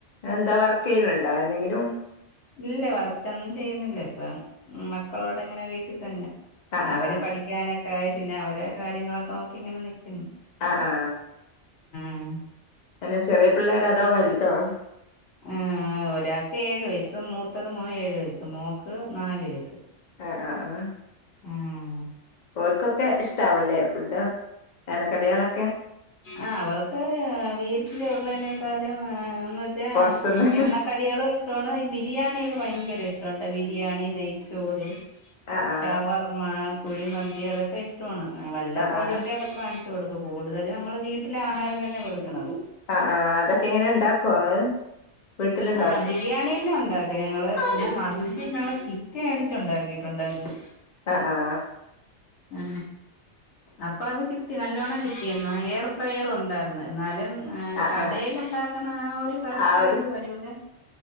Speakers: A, on the left (about 45°); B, on the left (about 70°).
A: എന്താ വർക്ക് ചെയ്യ്ണ്ണ്ണ്ടോ എന്തെങ്കിലും
B: ഇല്ല വർക്കോന്നും ചെയ്യുന്നില്ല ഇപ്പം മക്കളോടെ ങ്ങനെ വീട്ട് തന്നെ
A: ആ
B: അവര്
A: ആ
B: പഠിക്കാന ക്കായി പിന്നെ അവരെ കാര്യങ്ങളൊക്കെ നോക്കി ഇങ്ങനെ നിക്ക്
A: ആ ആ
B: ഉം
A: എന്നാ ചെറിയ പിള്ളേരോ അതോ വല്തോ
B: ആ ആ ഒരാൾക്ക് ഏഴ് വയസ്സ് മൂത്തത് മോൻ ഏഴ് വയസ്സ് മോക്ക് നാല് വയസ്സ്
A: ആ ആ ആ
B: ഉം
A: ഓർക്കൊക്കെ ഇഷ്ടാവല്ലേ ഫുഡ് എണ്ണ കടികളൊ
B: ആ അവർക്ക് വീട്ടിലുള്ളെനേ ക്കാലും ആഹ് ന്ന് വെച്ചാ
A: പൊറത്തുന്ന്
B: എണ്ണ കടികളും ഇഷ്ടമാണ് ഈ ബിരിയാണിയൊക്കെ ഭയങ്കര ഇഷ് റോണ്ട ബിരിയാണി നെയ്ച്ചോറ്
A: ആ ആ
B: ഷവർമാ കുഴി മന്തി അതൊക്കെ ഇഷ്ടാ ണ് വല്ലപ്പോഴൊക്കെ
A: ആ ആ
B: അതൊക്കെ വാങ്ങി പ്പ കൂടുതല് നമ്മള് വീട്ടിലെ ആഹാരം തന്നെ കൊടുക്കണത്
A: ആഹ് ആഹ് അതൊക്കെ എങ്ങനെ ഉണ്ടാക്കോ ഇങ്ങള് വീട്ടിലുണ്ടാക്കും
B: ആ ബിരിയാണിന്നേ ഒണ്ടാ ഞങ്ങള് പിന്നെ മന്തി ഞങ്ങള് കിറ്റ് മേടിച്ച് ഒണ്ടാക്കിട്ടൊണ്ടായിരുന്ന്
A: ആ ആ
B: ആ അപ്പൊ അത് കിട്ടി നല്ലോണ്ണം കിട്ടിയന്ന് എയർ ഫ്രയർ ഒണ്ടായിരുന്ന് എന്നാലും ആ
A: ആഹ്
B: കടേൽ
A: ആഹ്
B: ഉണ്ടാക്കണ ആ ഒരു കറക്റ്റ്
A: ആ ഒരു
B: ഒരിത് വരൂല്ല